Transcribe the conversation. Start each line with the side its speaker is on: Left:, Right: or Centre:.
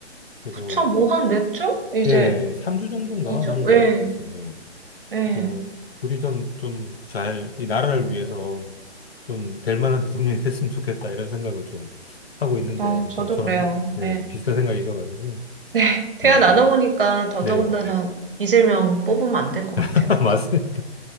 Left: 그래서
Right: 그쵸 뭐 한 몇 주? 이제
Left: 예, 3주 정도인가
Right: 2주?
Left: 남은 걸로
Right: 예.
Left: 알고 있어요. 네.
Right: 네.
Left: 그래서 부디 좀, 좀 잘, 이 나라를 위해서 좀 될 만한 대통령이 됐으면 좋겠다, 이런 생각을 좀 하고 있는데,
Right: 아, 저도
Left: 또 저랑,
Right: 그래요.
Left: 네,
Right: 네.
Left: 비슷한 생각이셔가지고,
Right: 네. 대화
Left: 네네.
Right: 나눠보니까 더더군다나
Left: 네,
Right: 이재명 뽑으면 안 될 것 같아요.
Left: <laughs> 맞습니다.